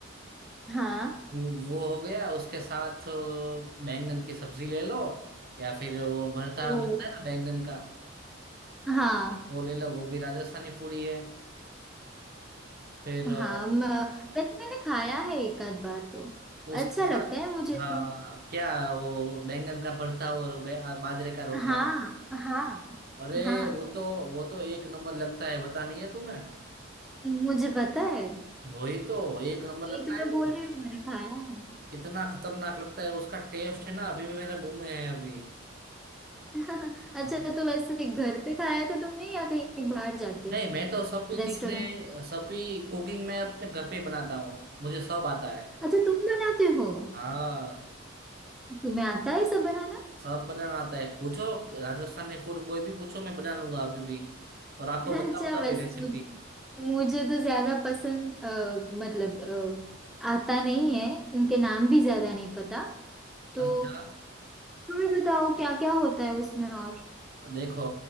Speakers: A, in the centre; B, on the right.
A: हाँ
B: वो वो हो गया उसके साथ अ, बैंगन की सब्जी ले लो या फिर वो भरता
A: ओ
B: बनता है ना बैंगन का
A: हाँ
B: वो ले लो वो भी राजस्थानी फूड ही है फिर अ,
A: हाँ म, वैसे मैंने खाया है एक आध बार तो
B: उसके
A: अच्छा लगता
B: साथ
A: है मुझे
B: हाँ
A: भी
B: क्या वो बैंगन का भरता और बे- आ, बाजरे का रोटला
A: हाँ
B: वो
A: हाँ
B: अरे
A: हाँ
B: वो तो वो तो एक नंबर लगता है पता नहीं है तुम्हें
A: मुझे पता है यही
B: वही तो एक नंबर लगता
A: तो
B: है
A: मैं बोल
B: वो
A: रही हूँ मैंने खाया है
B: कितना खतरनाक लगता है उसका टेस्ट है ना अभी भी मेरे मुंह में है अभी
A: <laughs> अच्छा
B: हाँ।
A: तो वैसे घर पे खाया था तुमने या कहीं बाहर जाके
B: नहीं मैं तो सभी
A: रेस्टोरेंट
B: चीजें सभी कुकिंग मैं अपने घर पे ही बनाता हूँ मुझे सब आता है
A: अच्छा तुम बनाते हो
B: हाँ
A: तुम्हें आता है सब बनाना
B: सब बनाना आता है पूछो राजस्थानी फूड कोई भी पूछो मैं बना लूंगा अभी भी और आपको
A: <laughs> अच्छा
B: बताऊंगा
A: वैसे
B: भी रेसिपी
A: मुझ- मुझे तो ज्यादा पसंद अ, मतलब अ, आता नहीं है उनके नाम भी ज्यादा नहीं पता तो
B: अच्छा
A: तुम्हें बताओ क्या क्या होता है उसमें और
B: देखो